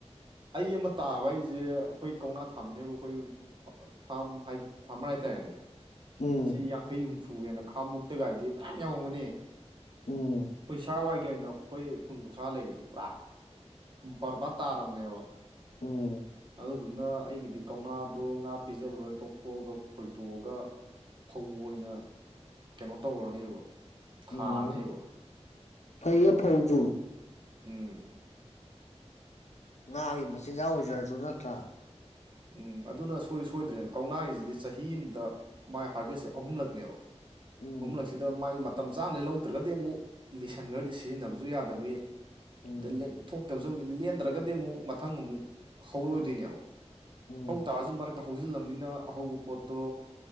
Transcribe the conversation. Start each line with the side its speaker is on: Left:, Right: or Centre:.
Right: ꯑꯩ ꯑꯃ ꯇꯥꯕ ꯍꯥꯏꯁꯦ ꯑꯩꯈꯣꯏ ꯀꯧꯅꯥ ꯊꯥꯃꯤꯟꯅꯔꯤꯕ ꯑꯩꯈꯣꯏ ꯐꯥꯝ ꯐꯥꯔꯃꯔ ꯍꯥꯏꯇꯥꯔꯦꯅꯦ
Left: ꯎꯝ
Right: ꯁꯤ ꯌꯥꯡꯈꯩ ꯍꯨꯝꯐꯨꯒꯦꯅ ꯈꯥꯉꯕꯣꯛꯇ ꯒꯥꯗꯤ ꯐꯖꯅ ꯌꯥꯝꯎꯔꯝꯒꯅꯦ
Left: ꯎꯝ
Right: ꯑꯩꯈꯣꯏ ꯁ꯭ꯋꯥꯏꯒꯤ ꯑꯣꯏꯅ ꯑꯩꯈꯣꯏ ꯀꯨꯟ ꯀꯨꯟꯊ꯭ꯔꯥ ꯂꯩꯔꯤꯁꯦ ꯄꯨꯔꯥ ꯕꯔꯕꯥꯠ ꯇꯥꯔꯝꯅꯦꯕ
Left: ꯎꯝ
Right: ꯑꯗꯨꯗꯨꯅ ꯑꯩꯒꯤꯗꯤ ꯀꯧꯅꯥꯗꯣ ꯉꯥ ꯄꯤꯖꯕ ꯂꯣꯏꯔ ꯇꯣꯛꯊꯣꯛꯑꯒ ꯈꯣꯏꯗꯣꯛꯑꯒ ꯐꯧ ꯑꯣꯏꯅ ꯀꯩꯅꯣ ꯇꯧꯔꯅꯦꯕ
Left: ꯎꯝ
Right: ꯊꯥꯔꯅꯦꯕ
Left: ꯐꯩꯌꯦ ꯐꯧꯖꯨ
Right: ꯎꯝ
Left: ꯉꯥꯒꯤ ꯃꯆꯤꯟꯖꯥꯛ ꯑꯣꯏꯖꯔꯁꯨ ꯅꯠꯇ꯭ꯔꯥ
Right: ꯎꯝ ꯑꯗꯨꯅ ꯁꯣꯏ ꯁꯣꯏꯗ꯭ꯔꯦꯅꯦ ꯀꯧꯅꯥꯁꯤꯗꯤ ꯆꯍꯤ ꯑꯃꯗ ꯃꯥꯥꯏ ꯍꯥꯔꯚꯦꯁꯁꯦ ꯑꯍꯨꯝꯂꯛꯅꯦꯕ
Left: ꯎꯝ
Right: ꯑꯍꯨꯝꯂꯛꯁꯤꯗ ꯃꯥꯏ ꯃꯇꯝ ꯆꯥꯅ ꯂꯧꯗ꯭ꯔꯒꯗꯤ ꯑꯃꯨꯛ ꯂꯤꯁꯟꯈ꯭ꯔꯗꯤ ꯁꯤꯖꯤꯟꯅꯕꯁꯨ ꯌꯥꯗꯕꯤ
Left: ꯎꯝ
Right: ꯑ ꯂꯦꯟꯊꯣꯛꯇꯕꯁꯨ ꯂꯦꯟꯗ꯭ꯔꯒꯗꯤ ꯑꯃꯨꯛ ꯃꯊꯪ ꯑꯃꯨꯛ ꯍꯧꯔꯣꯏꯏꯗꯣꯏꯅꯦꯕ
Left: ꯎꯝ
Right: ꯍꯧꯇꯥꯥꯔꯁꯨ ꯃꯔꯛꯇ ꯍꯧꯖꯤꯜꯂꯕꯅꯤꯅ ꯑꯍꯧꯕ ꯄꯣꯠꯇꯣ